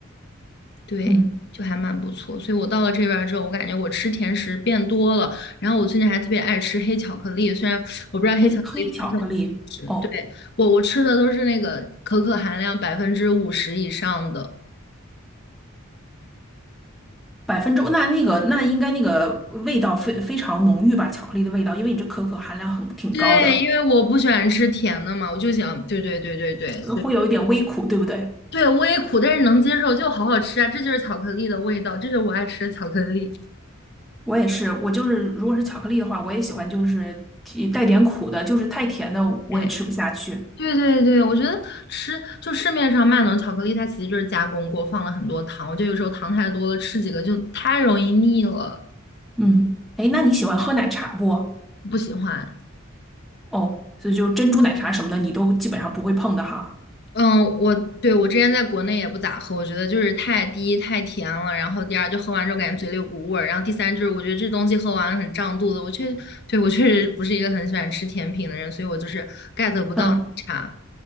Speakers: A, on the left; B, in the centre.
A: 对，
B: 嗯，
A: 就还蛮不错。所以我到了这边儿之后，我感觉我吃甜食变多了，然后我最近还特别爱吃黑巧克力，虽然我不知道黑巧克力算不算甜食，
B: 黑黑巧克力，哦，
A: 对，我我吃的都是那个可可含量百分之五十以上的。
B: 百分之那那个那应该那个味道非非常浓郁吧？巧克力的味道，因为你这可可含量很挺高的，
A: 对，因为我不喜欢吃甜的嘛，我就想，对对对对对，
B: 呃会有一点微苦，
A: 所以
B: 对不对？
A: 对微苦，但是能接受，就好好吃啊，这就是巧克力的味道，这就是我爱吃的巧克力。
B: 我也是，我就是如果是巧克力的话，我也喜欢就是提带点苦的，就是太甜的我也吃不下去。
A: 对。对对对，我觉得吃就市面上卖那种巧克力，它其实就是加工过，放了很多糖。我觉得有时候糖太多了，吃几个就太容易腻了，
B: 嗯，哎，那你喜欢喝奶茶不？
A: 不喜欢。
B: 哦，所以就是珍珠奶茶什么的，你都基本上不会碰的哈。
A: 嗯，我对我之前在国内也不咋喝，我觉得就是太第一太甜了，然后第二就喝完之后感觉嘴里有股味儿，然后第三就是我觉得这东西喝完了很胀肚子。我确对我确实不是一个很喜欢吃甜品的人，所以我就是 get 不到奶茶。
B: 嗯。